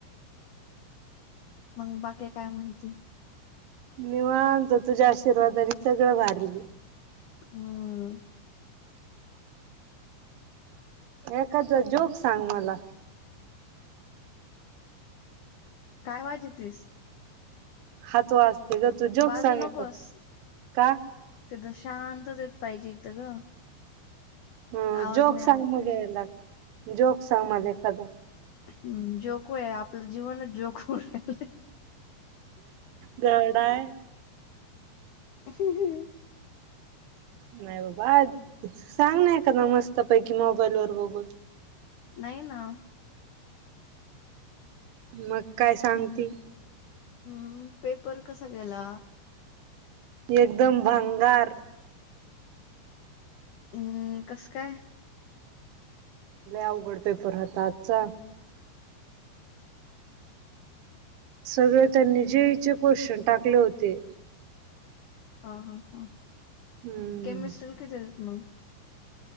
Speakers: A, on the left; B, on the right.
A: मग बाकीे काय म्हणती
B: मी मानतो तुझ्या आशीर्वादने सगळं भारी ग
A: हम्म
B: एखादा जोक सांग मला
A: काय वाज तस
B: हात वा असते ग तू जोक
A: वाजू
B: सांगे
A: नकोस
B: का
A: तिथं शांतत पाहिजे इथं ग
B: हम्
A: आवाज
B: जोक्सग
A: नाही आले
B: मगला
A: पाहिजेत
B: जोक् सांग माजा कदा
A: हम्म जोको आहे आपलं जीवनच जोकू आहे
B: गडा आहे
A: ह् ह्
B: नाही बाबा सांग ना कदा मस्त पैकी मोबाईल वर बघून
A: नाही ना
B: मग काय सांगते
A: हम्म पेपर कसा गला
B: एकदम भंगार
A: हम्म कसं काय
B: अवघड पेपर होता आजचा सगळे त्यांनी जेईचे क्वेशचन टाकले होते
A: हा हा हा
B: हम्म
A: केमिस्ट्रील किती मग